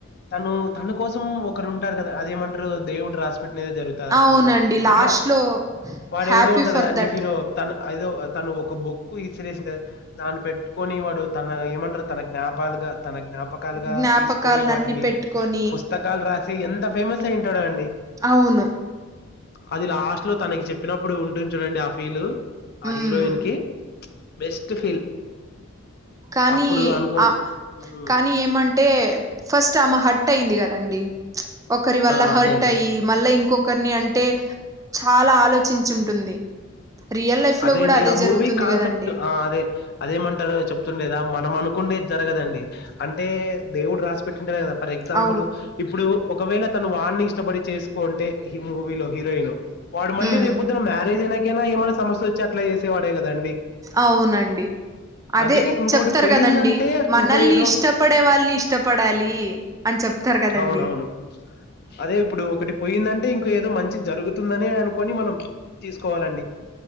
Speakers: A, on the left; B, on the right.
A: తను తన కోసం ఒకరు ఉంటారు కదా అదేమంటరు దేవుడు రాస్ పెట్టినది జరుగుతాదంటారు
B: అవునండి
A: కదా
B: లాస్ట్‌లో
A: అట్ల వాడెవడో
B: హ్యాపీ
A: ఉంటాడు
B: ఫర్
A: కానీ
B: దట్
A: హీరో తన ఐదో తను ఒక బుక్ ఇసిరేసింద్ దాని పెట్టుకొని వాడు తన ఏమంటారు తన జ్ఞా కలుగ తన జ్ఞాపకలుగా
B: జ్ఞాపకాలనన్నీ
A: తీసుకొని వాటిని
B: పెట్టుకొని
A: పుస్తకాలు రాసి ఎంత ఫేమస్ తై ఉంటడండి
B: అవును
A: అది లాస్ట్ లో తనకి చెప్పినప్పుడు ఉంటుంది చూడండి ఆ ఫీల్
B: హ్మ్.
A: ఆ హీరోయిన్ కి బెస్ట్ ఫీల్
B: కానీ
A: అప్పుడు అనుకోన్
B: ఆ
A: హ్మ్
B: కానీ ఏమంటే ఫస్ట్ ఆమ హట్ట్ అయింది గదండి ఒకరి వల్ల
A: ఆ
B: హట్ట్
A: అదే అండి
B: అయ్యి మళ్లా ఇంకొకరిని అంటే చాలా ఆలోచించుంటుంది రియల్ లైఫ్‌లో
A: అదే
B: గూడా
A: అండి ఆ
B: జరుగుతుంది
A: మూవీ కాన్సెప్ట్
B: గదండీ.
A: ఆ అదే అదేమంటారు చెప్తుండేద మనం అనుకుండేది జరగదండి అంటే దేవుడు రాసి పెట్టుకుంటే గదా ఫర్ ఎగ్జాంపుల్
B: అవును.
A: ఇప్పుడు ఒకవేళ తను వాన్ని ఇష్టపడి చేసుకొంటే ఈ మూవీలో హీరోయిన్ వాడు మళ్ళీ
B: హ్మ్.
A: రేప్ పోద్దునా మ్యారేజ్ అయికైనా ఏమై సమస్య వచ్చి అట్ల చేసే వాడే కదండి
B: అవునండి అదే
A: అంటే ఇంకోటి
B: చెప్తారు
A: పోయిందంటే
B: కదండి మనల్ని
A: ఇంకో ఏదో
B: ఇష్టపడే వాళ్ళ ఇష్ట పడాలి అని చెప్తారు కదండి
A: అవునవును అదే ఇప్పుడు ఒకటి పోయిందంటే ఇంక ఏదో మంచి జరుగుతుందనే, అనుకొని మనం తీసుకోవాలండి.